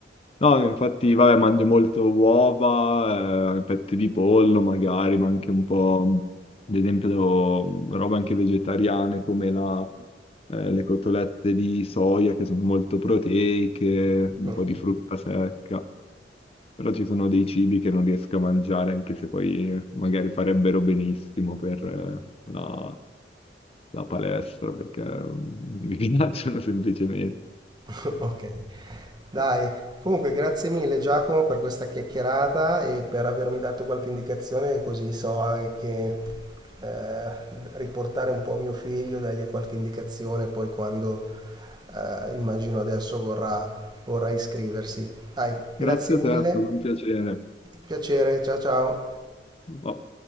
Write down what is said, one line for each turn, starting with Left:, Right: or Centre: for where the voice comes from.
Left: No, infatti, vabbè, mangio molto uova, eh, petti di pollo magari, ma anche un po', ad esempio, robe anche vegetariane come la, eh, le cotolette di soia che sono molto proteiche, un
Right: Mm.
Left: po' di frutta secca. Però ci sono dei cibi che non riesco a mangiare, anche se poi magari farebbero benissimo per eh, la, la palestra, perché mm, <laughs> non mi piacciono semplicemente.
Right: <laughs> Ok, dai.
Left: Eh,
Right: Comunque, grazie mille Giacomo per questa chiacchierata e per avermi dato qualche indicazione, così so anche eh, riportare un po' a mio figlio, dargli qualche indicazione, poi quando eh, immagino adesso vorrà, vorrà iscriversi. Dai,
Left: Grazie
Right: grazie
Left: a
Right: mille,
Left: te, è stato un piacere.
Right: piacere, ciao ciao.
Left: Oh.